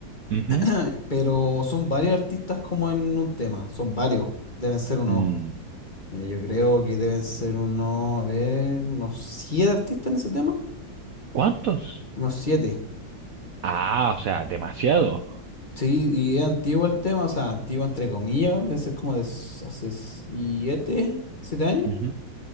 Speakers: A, on the right; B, on the left.
A: Ujú.
B: <laughs> Pero son varios artistas como en un tema, son varios, deben ser unos,
A: Mm,
B: mira, yo creo que deben ser unos, a ver, unos siete artistas en ese tema,
A: ¿Cuántos?
B: unos siete.
A: Ah, o sea, demasiado.
B: Sí, y es antiguo el tema, o sea, antiguo entre comillas, debe ser como de s- hace siete, siete años.
A: Ujú.